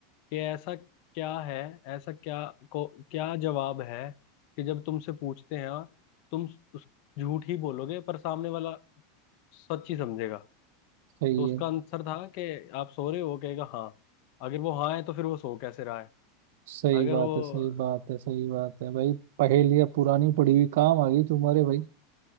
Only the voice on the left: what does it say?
कि ऐसा क्या है ऐसा क्या को क्या जवाब है कि जब तुमसे पूछते हैं तुम उस झूठ ही बोलोगे पर सामने वाला सच ही समझेगा
तो उसका
आंसर था कि आप सो रहे हो कहेगा हाँ अगर वो हाँ है तो फिर वो सो कैसे रहा है
अगर
वो